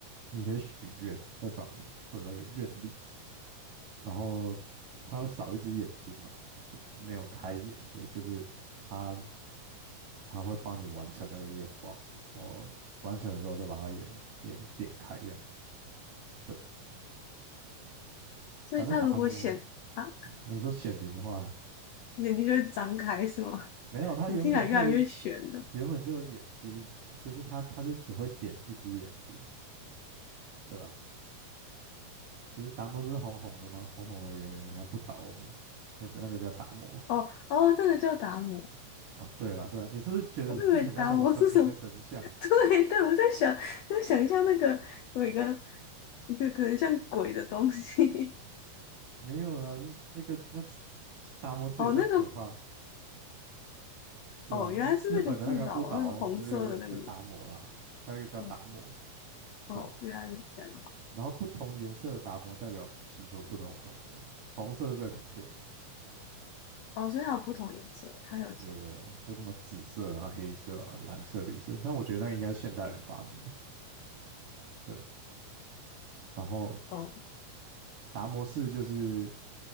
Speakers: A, on the right (about 45°); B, on the left (about 85°).
A: 你可以许愿在上面会有那个愿力，然后它会少一只眼睛嘛，就没有开眼，所以就是它他会帮你完成那个愿望，然后完成的时候再把它眼眼点开这样子。对，
B: 所以它如果显啊，
A: 反正达摩，你说显灵的话，
B: 眼睛就会张开是吗？
A: 没有，他原本就有
B: 你听起来越来越悬了。
A: 原本就有眼睛，就是他他是只会点一只眼睛，对啊，就是达摩不是红红的吗？红红的圆圆的，像不倒翁的，那个那个叫达摩。<laughs>
B: 哦哦，这个叫达摩，
A: 哦，对了对了，你是不是觉得是很像什么神明的神像？
B: 我以为达摩是什么？<laughs> 对对，我在想，在想象那个有一个一个可能像鬼的东西。
A: 没有啊，那个那达摩寺也太可怕，
B: <laughs> 哦，那个
A: 对啊，
B: 哦，
A: 那个日本的那个不倒翁是是达摩啦，
B: 原来是那个不倒翁那个红色的那个不倒
A: 它那个叫达摩。
B: 翁哦哦，
A: 对，
B: 原来是这样好。
A: 然后不同颜色的达摩代表祈求不同的东西，红色是最普遍的。
B: 哦，所以它有不同颜色，
A: 嗯，
B: 它有
A: 有有有，有什么紫色啊、黑色啊、蓝色、绿色，但我觉得那个应该是现代人发明的。对，然后
B: 哦
A: 达摩寺就是，